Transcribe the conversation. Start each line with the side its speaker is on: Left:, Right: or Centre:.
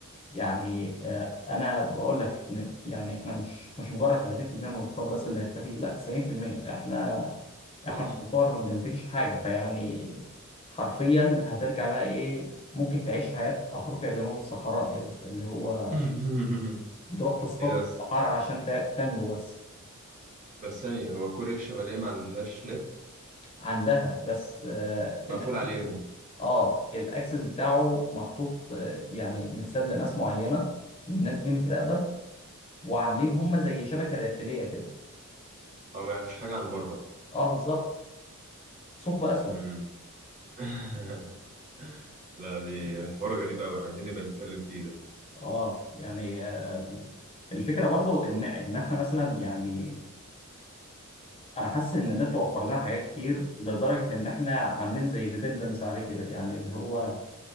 Left: يعني آه، انا بقول لك إن يعني احنا مش مش مجرد 30% من الاقتصاد بس اللي هيختفي لا 90% احنا
Right: صح
Left: احنا بنطور ما بننتجش حاجه فيعني حرفيا هترجع بقى ايه ممكن تعيش حياه افريقيا جنوب الصحراء كده اللي هو
Right: <laughs>
Left: بتروح تصطاد
Right: ايه ده
Left: في
Right: بس
Left: الصحراء عشان تا- تنجو بس
Right: بس ثانية هو كوريا الشمالية ما عندهاش نت
Left: عندها بس آه
Right: مقفول
Left: الاكسس
Right: عليهم
Left: اه الاكسس بتاعه محطوط آه، يعني متساب لناس معينه والناس دي متراقبه وعاملين هم زي شبكه داخليه كده
Right: او ما يعرفوش حاجة عن بره
Left: اه بالظبط ثقب اسود
Right: امم <laughs> لا دي حوار غريب قوي عايزين نبقى نتكلم فيه ده
Left: اه يعني آه، الفكره برضو ان ان احنا مثلا يعني انا حاسس ان النت وفر لنا حاجات كتر لدرجه ان احنا عاملين زي ديبندنس عليه كده يعني اللي هو